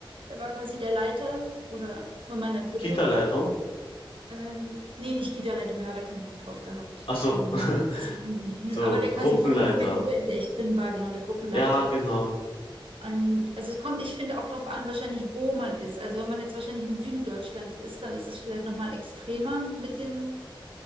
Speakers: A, on the right; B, on the left.
A: der war quasi der Leiter oder von meiner Gruppe.
B: Kita-Leitung?
A: Ähm, nee, nicht Kita-Leitung, da hat er keinen Bock drauf gehabt.
B: Ach so,
A: Ähm, oder
B: <laughs>
A: man kann es ja nicht
B: so,
A: <laughs> aber der quasi
B: Gruppenleiter.
A: von, von der Gruppe, in der ich drin war, genau, der Gruppenleiter.
B: Ja, genau.
A: Und also es kommt, ich finde auch drauf an, wahrscheinlich, wo man ist. Also wenn man jetzt wahrscheinlich im Süden Deutschlands ist, dann ist es vielleicht nochmal extremer mit den,